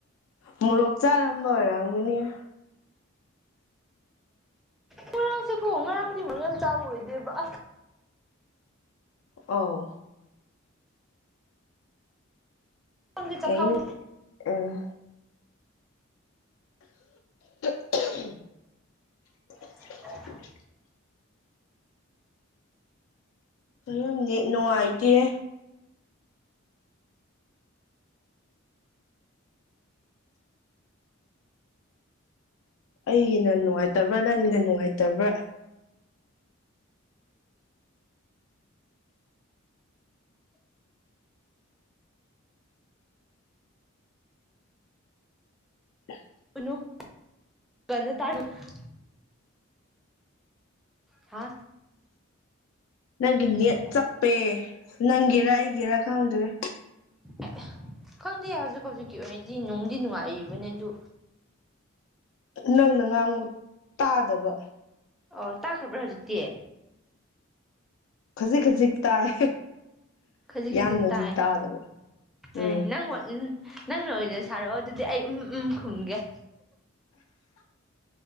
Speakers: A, on the left; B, in the centre.
A: ꯃꯣꯔꯣꯛ ꯆꯥꯔꯝꯕ ꯑꯣꯏꯔꯝꯒꯅꯤꯌ‌ꯦ
B: ꯉꯔꯥꯡꯁꯤꯀꯣ ꯉꯔꯥꯡꯗꯤ ꯃꯝ <unintelligible> ꯆꯥꯕ ꯑꯣꯏꯗꯦꯕ ꯑꯁ
A: ꯑꯣ
B: ꯈꯪꯗꯦ ꯆꯈꯥꯎ
A: ꯀꯩ ꯑꯝ <inaudible>
B: <inaudible>
A: <inaudible> <inaudible> ꯅꯨꯡꯉꯥꯏꯇꯦꯌꯦ ꯑꯩꯅ ꯅꯨꯡꯉꯥꯏꯇꯕ꯭ꯔꯥ ꯅꯪꯅ ꯅꯨꯡꯉꯥꯏꯇꯕ꯭ꯔꯥ <inaudible>
B: <unintelligible> ꯍꯥꯥ
A: ꯅꯪꯒꯤ ꯅꯦꯠ
B: ꯌꯥꯕ꯭ꯔꯥ
A: ꯆꯞꯄꯦ ꯅꯪꯒꯤꯔ ꯑꯩꯒꯤꯔ ꯈꯪꯗꯔꯦ
B: ꯑꯦ ꯈꯪꯗꯦ ꯍꯧꯖꯤꯛ ꯍꯧꯖꯤꯛꯀꯤ ꯑꯣꯏꯅꯗꯤ ꯅꯨꯡꯗꯤ ꯅꯨꯡꯉꯥꯏꯔꯤꯕꯅꯦ ꯑꯗꯨ
A: ꯅꯪꯅ ꯉꯥꯡꯕ ꯇꯥꯗꯕ
B: ꯑꯣ ꯇꯥꯈ꯭ꯔꯕ꯭ꯔꯥ ꯍꯧꯖꯤꯛꯇꯤ
A: ꯈꯖꯤꯛ ꯈꯖꯤꯛ ꯇꯥꯏ
B: ꯈꯖꯤꯛ
A: ꯌꯥꯝꯅꯗꯤ
B: ꯈꯖꯤꯛ ꯇꯥꯏ
A: ꯇꯥꯗꯕ ꯎꯝ
B: ꯑꯦ ꯅꯪ ꯅꯪꯅ ꯑꯣꯏꯅ ꯁꯥꯔꯛꯑꯣ ꯑꯗꯨꯗꯤ ꯑꯩ ꯎꯝ ꯎꯝ ꯈꯨꯝꯒꯦ